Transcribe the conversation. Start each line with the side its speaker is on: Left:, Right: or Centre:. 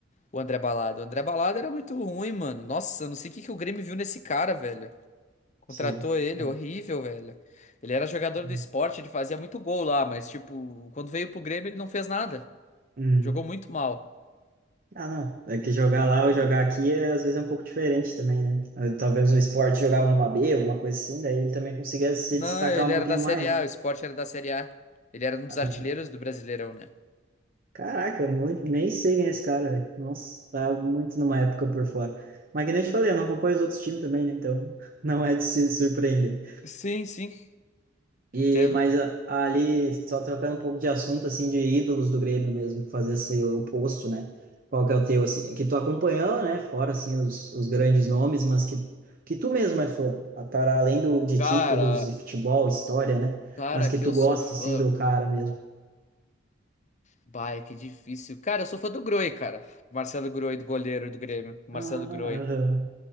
Left: O André Balada. O André Balada era muito ruim, mano. Nossa, eu não sei o que que o Grêmio viu nesse cara, velho. Contratou
Right: sei.
Left: ele,
Right: Não,
Left: horrível, velho. Ele era jogador
Right: não.
Left: do esporte, ele fazia muito gol lá, mas, tipo, quando veio pro Grêmio, ele não fez nada.
Right: Hum.
Left: Jogou muito mal.
Right: Ah, não. É que jogar lá ou jogar aqui é, às vezes é um pouco diferente também, né? Eh, Talvez um esporte jogava numa B, uma coisa assim, daí ele também conseguia se
Left: Não,
Right: destacar
Left: ele
Right: um pouquinho
Left: era da
Right: mais,
Left: Série A,
Right: né?
Left: o esporte era da Série A. Ele era um
Right: Ah,
Left: dos artilheiros do Brasileirão, né?
Right: caraca, muito, nem sei quem é esse cara, velho. Nossa, tá muito numa época por fora. Mas que nem eu te falei, eu não acompanho os outros times também, né? Então <laughs> não é de se surpreender.
Left: Sim, sim.
Right: E,
Left: Entendo.
Right: mas a- ali, só trocando um pouco de assunto, assim, de ídolos do Grêmio mesmo, fazer esse oposto, né? Qual que é o teu, assim, que tu acompanhou, né? Fora, assim, os, os grandes nomes, mas que, que tu mesmo é fã, a- para além do, de
Left: Cara,
Right: títulos e futebol, história, né?
Left: cara,
Right: Mas que
Left: que
Right: tu
Left: eu
Right: gosta,
Left: sou fã.
Right: assim, do cara mesmo.
Left: Bah, é que difícil. Cara, eu sou fã do Groi, cara. Marcelo Groi, do goleiro do Grêmio. Marcelo
Right: Ah,
Left: Groi.
Right: aham.